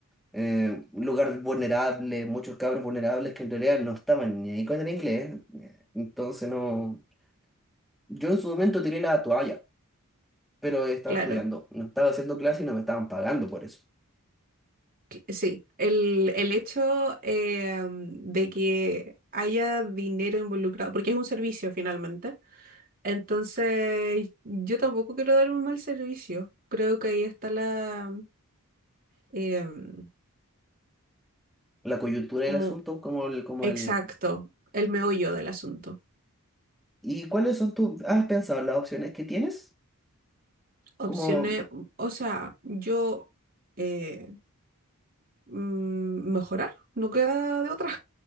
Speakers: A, in the centre; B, on the right.
A: eh, un lugar vulnerable, muchos cabros vulnerables que en realidad no estaban ni ahí con el inglés. eh, Entonces no... Yo en su momento tiré la toalla, pero estaba
B: claro.
A: estudiando, no estaba haciendo clase y no me estaban pagando por eso.
B: Sí, el, el hecho eh, am, de que haya dinero involucrado, porque es un servicio finalmente, entonces yo tampoco quiero dar un mal servicio. Creo que ahí está la, eh, am,
A: La coyuntura
B: como
A: del asunto, como el, como
B: exacto,
A: el...
B: el meollo del asunto.
A: ¿Y cuáles son tus... ¿Has pensado en las opciones que tienes?
B: Opciones,
A: Como,
B: o sea, yo eh, mm, mejorar, no queda de otra.